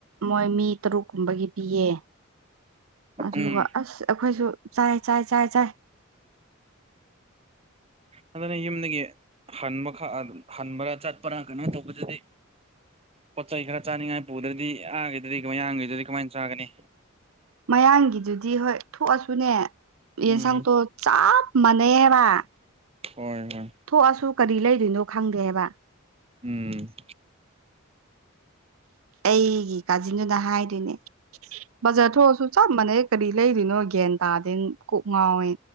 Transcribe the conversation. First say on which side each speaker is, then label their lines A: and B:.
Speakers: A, on the right; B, on the right.
A: ꯃꯣꯏ ꯃꯤ ꯇꯔꯨꯛ ꯀꯨꯝꯕꯒꯤ ꯄꯤꯌꯦ ꯑꯗꯨꯒ
B: ꯎꯝ
A: ꯑꯁ ꯑꯩꯈꯣꯏꯁꯨ ꯆꯥꯏ ꯆꯥꯏ ꯆꯥꯏ ꯆꯥꯏ
B: ꯑꯗꯨꯅ ꯌꯨꯝꯗꯒꯤ ꯍꯟꯕ ꯈꯛ ꯑꯗꯨꯝ ꯍꯟꯕ꯭ꯔꯥ ꯆꯠꯄꯔꯥ ꯀꯩꯅꯣ ꯇꯧꯕꯗꯗꯤ ꯄꯣꯠ ꯆꯩ ꯈꯔ ꯆꯥꯅꯤꯡꯉꯥꯏ ꯄꯨꯗ꯭ꯔꯗꯤ ꯑꯥꯈꯤꯗ꯭ꯔꯗꯤ ꯀꯃꯥꯏ ꯑꯥꯡꯈꯤꯗꯗꯤ ꯀꯃꯥꯏꯅ ꯆꯥꯒꯅꯤ
A: ꯃꯌꯥꯡꯒꯤꯗꯨꯗꯤ ꯍꯣꯏ ꯊꯣꯛꯑꯁꯨꯅꯦ ꯌꯦꯟꯁꯥꯡꯇꯣ
B: ꯎꯝ
A: ꯆꯞ ꯃꯅꯦ ꯋꯥ
B: ꯍꯣꯏ ꯍꯣꯏ
A: ꯊꯣꯛꯑꯁꯨ ꯀꯔꯤ ꯂꯩꯗꯣꯏꯅꯣ ꯈꯪꯗꯦ ꯍꯥꯏꯕ
B: ꯎꯝ
A: ꯑꯩꯒꯤ ꯀꯥꯖꯤꯟꯗꯨꯅ ꯍꯥꯏꯗꯣꯏꯅꯦ ꯕꯖꯥꯔ ꯊꯣꯛꯑꯁꯨ ꯆꯞ ꯃꯥꯟꯅꯩ ꯀꯔꯤ ꯂꯩꯔꯤꯅꯣ ꯒ꯭ꯌꯥꯟ ꯇꯥꯗꯦ ꯀꯣꯛ ꯉꯥꯎꯏ